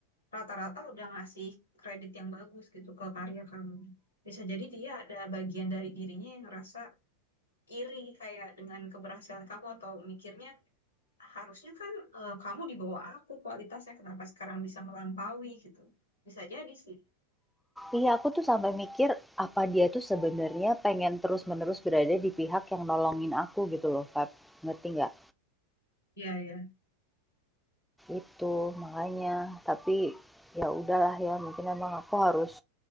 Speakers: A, on the left (about 80°); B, in the centre.
A: rata-rata udah ngasih kredit yang bagus gitu ke karya kamu. Bisa jadi dia ada bagian dari dirinya yang ngerasa iri kayak dengan keberhasilan kamu atau mikirnya harusnya kan eh, kamu di bawah aku kualitasnya, kenapa sekarang bisa melampaui gitu. Bisa jadi sih.
B: Iya, aku tuh sampai mikir apa dia tuh sebenarnya pengen terus-menerus berada di pihak yang nolongin aku gitu loh, Feb. Ngerti nggak?
A: Iya, iya.
B: Itu, makanya. Tapi, ya udahlah ya, mungkin emang aku harus